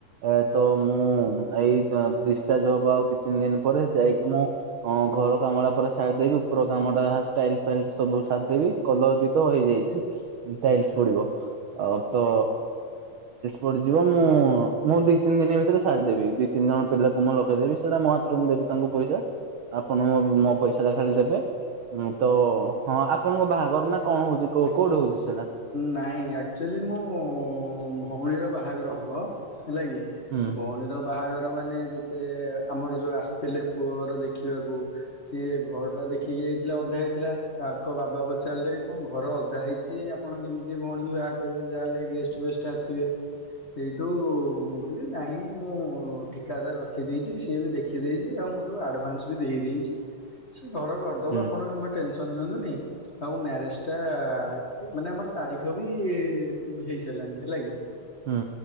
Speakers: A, on the right; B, on the left.
A: ଏ ତ ମୁଁ ଏଇ ଡିସଚାର୍ଜ ହବ ଆଉ ଦି ତିନି ଦିନ ପରେ ଯାଇକି ମୁଁ। ହଁ ଘର କାମୁଡା ପରେ ସାାରଦେବି ର କାମ ଟା ଷ୍ଟାଇଲ ଫାଇଲ ସବୁ ସାଧ ବି କଲର ବିିତ ହେଇଯାଇଛି। ଟାଇଲସ ପଡିବ ଆଉ ତ ପଡିଯିବ ମୁଁ ଦି ତିନି ଦ ଭିତରେଛାଡିଦେବି ଦି ତିନି ଜଣ ପିଲାକୁ ମୁଁ ଲଗେଇେବି ସେଇଟା ମ ଦେବି ତାଙ୍କୁ ପଇସା ଆପଣ ମୋ ପଇସା ଟା ଖାଲି ଦେବେ ଉଁ ତ ହଁ ଆପଣଙ୍କ ବାହାଘର ନା କଣ ହଉଛିଉ କୋଉଠି ହଉଛି ସେଇଟା
B: ନାଇଁ ଆକ୍ଚୁଆଲି ମୁଁ ଭଉଣୀର ବାହାଘର ହବ। ହେଲା କି
A: ହୁଁ
B: ଭଉଣୀର ବାହାଘର ମାନେ ଯେତେ ଆମର ଯୋଉ ଆସିଥିଲେ ପୁଅ ଘର ଦେଖିବାକୁ। ସିଏ ଘର ଟା ଦେଖିକି ଯାଇଥିଲା ଅଧା ହେଇଥିଲା ତାଙ୍କ ବାବା ପଚାରିଲେ କଣ ଘର ଅଧା ହେଇଛି। ଆପଣ କେମିତି ଭଉଣୀ ବାହା କରିବେ ଯାହାହେଲେ ଗେଷ୍ଟ ଫେଷ୍ଟ ଆସିବେ। ସେଇଠୁ ମୁଁ କହିଲି ନାଇଁ ମୁଁ ଠିକାଦାର ରଖିଦେଇଛି ସିଏ ବି ଦେଖ ରଖିଦେଇଛି ଆଉ ମୁଁ ତାକୁ ଆଡ଼ଭାନ୍ସ ବି ଦେଇେଇଛି। ସେ ଘର କରିଦବ
A: ହୁଁ
B: ଆପଣ ଆମେ ଟେନସନ ନିଅନ୍ତୁନି ଆଉ ମ୍ୟାରେଜ ଟା ମାନେ ଆମର ତାରିଖ ବି ହେଇ ସାରିଲାଣି ହେଲା କି
A: ହୁଁ